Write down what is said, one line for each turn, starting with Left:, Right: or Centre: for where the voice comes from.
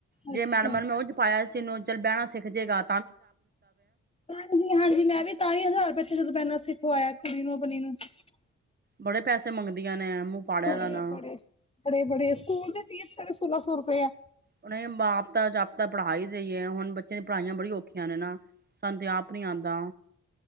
Right: ਜੇ
Left: ਅੱਛਾ
Right: ਮੈਡਮਰ ਮੈਂ ਉਹਝ ਪਾਇਆ ਚਿਨੂੰ ਚੱਲ ਬਹਿਣਾ ਸਿੱਖ ਜਾਏਗਾ
Left: ਹਾਂਜੀ ਹਾਂਜੀ ਮੈਂ ਵੀ ਤਈ ਹਜ਼ਾਰ ਪ ਜਦੋਂ ਪੈਂਦਾ ਸੀ ਹੋਇਆ ਕਨੋ ਪਨੀਨ <unintelligible>
Right: ਬੜੇ ਪੈਸੇ ਮੰਗਦੀਆਂ ਨੇ ਮੂੰਹ ਪਾੜਿਆ
Left: ਬੜੇ
Right: ਦਾ ਨਾ
Left: ਬੜੇ ਬੜੇ ਬੜੇ ਸਕੂਲ ਦੇ ਫੀਸੜੇ ਸੋਲਾਂ ਸੌ ਰੁਪਏਆ
Right: ਉਹਨ ਬਾਪਤਾ ਜਾਪਤਾ ਪੜ੍ਹਾ ਹੀ ਦੇਈਏ ਹੁਣ ਬੱਚਿਆਂ ਦੀ ਪੜ੍ਹਾਈਆਂ ਬੜੀ ਅੁਕਖੀ ਔਖੀਆਂ ਨੇ ਨਾ ਸਾਨੂੰ ਤੇ ਆਪ ਨੀ ਆਉਂਦਾ